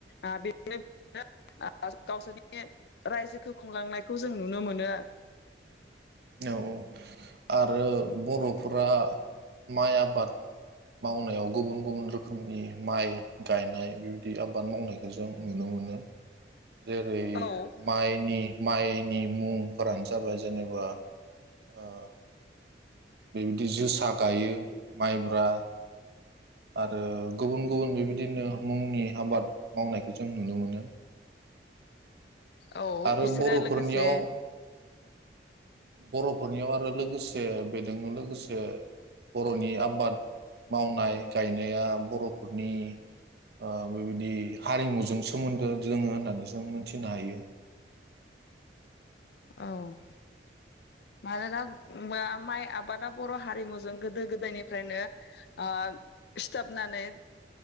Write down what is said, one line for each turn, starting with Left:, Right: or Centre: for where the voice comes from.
Left: आ <unintelligible> गावसोरनि नि रायजोखौ खुंलांनायखौ जों नुनो मोनो
Right: औ औ आरो बर'फोरा माइ आबाद मावनायाव गुबुन गुबुन रोखोमनि माइ गायनाय बेबायदि आबाद मावनायखौ जों नुनो मोनो। जेरै
Left: औ
Right: माइनि माइनि मुंफोरानस जाबाय जेनेबा ओ बेबायदि जोसा गायो माइब्रा आरो गुबुन गुबुन बेबायदिनो मुंनि आबाद मावनायखौ जों नुनो मोनो
Left: औ
Right: आरो
Left: बिसोरो
Right: बर'फोरनियाव
Left: लोगोसे
Right: बर'फोरनियाव आरो लोगोसे ए बेजोंनो लोगोसे बर'नि आबाद मावनाय गायनाया बर'फोरनि ओ बेबायदि हारिमुजों सोमोन्दो दोङो होननानै जों मिथिनो हायो।
Left: औ मानोना माइ आबादा बर' हारिमुजों गोदो गोदायनिफ्रायनो ओ सिथाबनानै